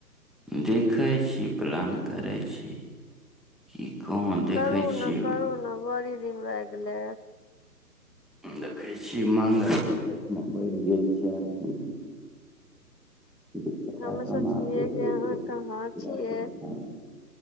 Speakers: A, in the centre; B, on the left (about 80°).
A: देखैत छी प्लान करैत छी की कहाँ देखै
B: करू
A: छियै
B: ने करू ने बड़ी दिन भय गेलै
A: देखै छियैक मंगल ई जखना बढ़ि गेल छै आदमी दू टका
B: हमु
A: कमाबै
B: सोचलियै कि
A: छै
B: अहाँ
A: इधर उधर
B: कहाँ
A: पूरा
B: छियैक
A: परेशान रहै छै